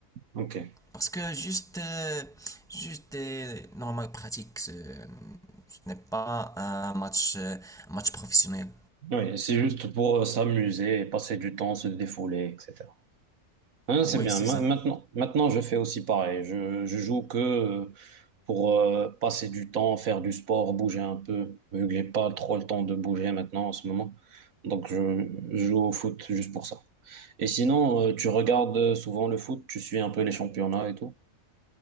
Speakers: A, on the right; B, in the centre.
A: ok.
B: Parce que juste, euh, juste euh, normal pratique, ce, ce n'est pas un match, euh, un match professionnel.
A: Oui, c'est juste pour euh, s'amuser, passer du temps, se défouler, etc. Hein, c'est
B: Oui,
A: bien.
B: c'est
A: Ma-
B: ça.
A: Maintenant, maintenant, je fais aussi pareil. Je, je joue que euh, pour euh, passer du temps, faire du sport, bouger un peu, vu que j'ai pas trop le temps de bouger maintenant en ce moment. Donc, je, je joue au foot juste pour ça. Et sinon, euh, tu regardes euh, souvent le foot, tu suis un peu les championnats et tout.